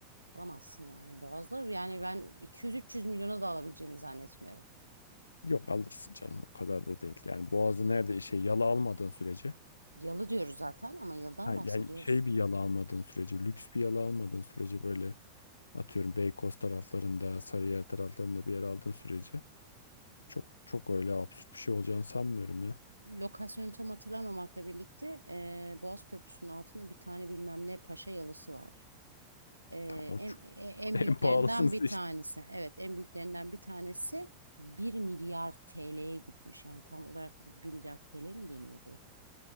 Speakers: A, on the right; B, on the left.
A: Alamazsın yani. Boğaz'da yani ben 200-300 milyona da alabileceğini zannetmiyorum.
B: Yok alırsın canım o kadar da değil. Yani Boğaz'ı nerede şey yala almadığın sürece
A: Yalı diyoruz zaten ama yıldan
B: ha,
A: bahsediyoruz.
B: yani şey bir yala almadığın sürece lüks bir yala almadığın sürece böyle atıyorum Beykoz taraflarında Sarıyer taraflarında bir yer aldığın sürece Çok çok öyle absürt bir şey olacağını sanmıyorum ya.
A: Lokasyonu tam hatırlamamakla birlikte eee, Boğaz Köprüsü'nün altında bir tane bilmem ne paşa yalısı var. Ee,
B: Tam o
A: en,
B: çok- <laughs>
A: en
B: En
A: büyüklerinden
B: pahalısını seçtin.
A: bir tanesi. Evet, en büyüklerinden bir tanesi bir milyar TL'ye gitmiş. Yani tam olarak bir milyar TL mi deniyordu?